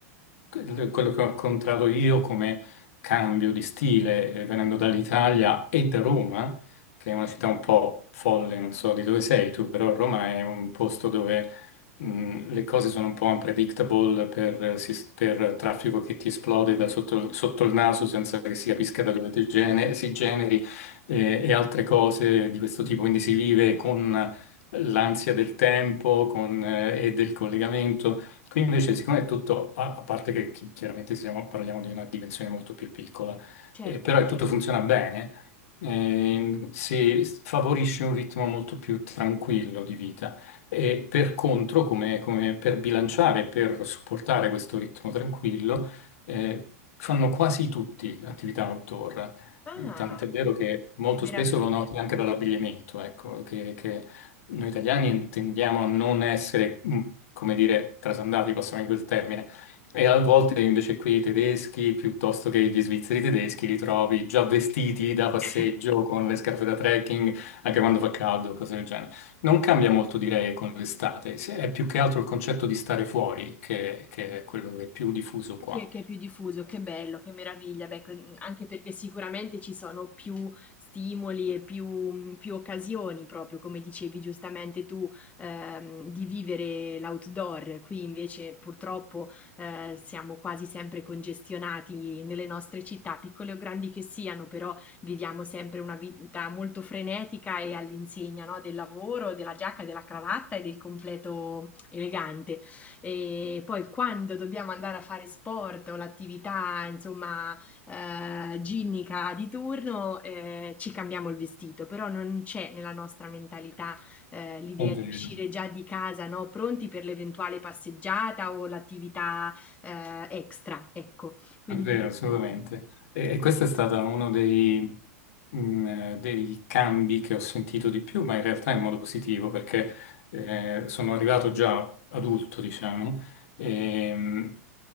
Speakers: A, on the left; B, on the left.
A: que- quello che ho incontrato io come cambio di stile, eh, venendo dall'Italia e da Roma, che è una città un po' folle, non so di dove sei tu, però Roma è un posto dove mh, le cose sono un po' unpredictable per, sis- per traffico che ti esplode da sotto, sotto il naso senza che si capisca da dove ti gene- si generi eh, e altre cose di questo tipo. Quindi si vive con l'ansia del tempo con, eh, e del collegamento. Qui invece, siccome è tutto, a, a parte che chi- chiaramente siamo- parliamo di una dimensione molto più piccola,
B: Certo.
A: eh, però è tutto funziona bene, ehm, si favorisce un ritmo molto più tranquillo di vita. E per contro, come, come per bilanciare, per supportare questo ritmo tranquillo, eh, fanno quasi tutti attività outdoor.
B: Ah,
A: Tant'è vero che molto
B: che meraviglia!
A: spesso lo noti anche dall'abbigliamento, ecco, che, che noi italiani tendiamo a non essere, mm, come dire, trasandati, passami quel termine. E a volte invece qui i tedeschi, piuttosto che gli svizzeri tedeschi, li trovi già vestiti da passeggio
B: <laughs>
A: con le scarpe da trekking, anche quando fa caldo, cose del genere. Non cambia molto, direi, con l'estate, Se- è più che altro il concetto di stare fuori che, che è quello che è più diffuso qua.
B: Che, che è più diffuso, che bello, che meraviglia, beh, que- anche perché sicuramente ci sono più stimoli e più, più occasioni, proprio come dicevi giustamente tu, ehm, di vivere l'outdoor. Qui invece purtroppo eh, siamo quasi sempre congestionati nelle nostre città, piccole o grandi che siano, però viviamo sempre una vita molto frenetica e all'insegna, no, del lavoro, della giacca, della cravatta e del completo elegante. E poi quando dobbiamo andare a fare sport o l'attività, insomma, eh, ginnica di turno, eh, ci cambiamo il vestito, però non c'è nella nostra mentalità, eh, l'idea
A: È vero,
B: di uscire già di casa, no? Pronti per l'eventuale passeggiata o l'attività, eh, extra, ecco. Quindi,
A: è vero, assolutamente.
B: mh,
A: E, e
B: questo
A: questo è stato
B: sì.
A: uno dei, mh, eh, dei cambi che ho sentito di più, ma in realtà in modo positivo, perché eh, sono arrivato già adulto, diciamo, e mh,